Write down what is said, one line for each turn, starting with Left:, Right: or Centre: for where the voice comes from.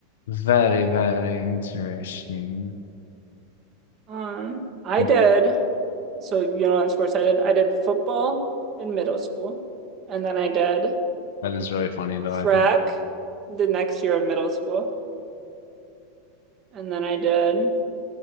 Left: Very, very interesting.
Right: Um, I
Left: Hmm,
Right: did, so you know what sports I did? I did football in middle school, and then I did
Left: That is really funny though.
Right: track
Left: I think
Right: the next year of middle school, and then I did